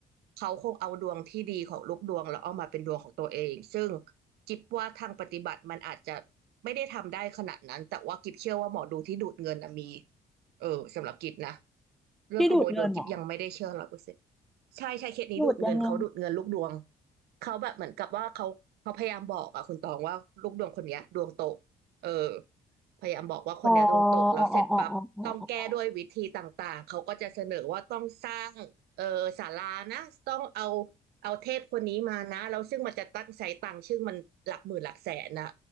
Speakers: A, on the right (about 90°); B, in the centre.
A: เขาคงเอาดวงที่ดีของลูกดวงแล้วเอามาเป็นดวงของตัวเองซึ่งกิฟว่าทางปฏิบัติมันอาจจะ ไม่ได้ทำได้ขนาดนั้นแต่ว่ากิบเชื่อว่าหมอดูที่ดูดเงินนะมีเออสำหรับกิบนะ เรื่องขโมยดวงกิฟยังไม่ได้เชื่อร้อยเปอร์เซ็นต์
B: ที่ดูดเงินเหรอ
A: ใช่ใช่เคสนี้ดูดเงินเขาดูดเงินลูกดวง
B: ดูดยังไง
A: เขาแบบเหมือนกับว่าเขาเขาพยายามบอกอะคุณตองว่าลูกดวงคนเนี้ยดวงตกเออพยายามบอกว่าคนเนี้ยดวงตกแล้วเสร็จปั๊บต้องแก้ด้วยวิธีต่างๆเขาก็จะเสนอว่าต้องสร้างเออศาลานะต้องเอา
B: อ๋ออ๋ออ๋ออ๋ออ๋ออ๋อ
A: เอาเทพคนนี้มานะแล้วซึ่งมันจะตั้งใช้ตังค์ซึ่งมันหลักหมื่นหลักแสนน่ะ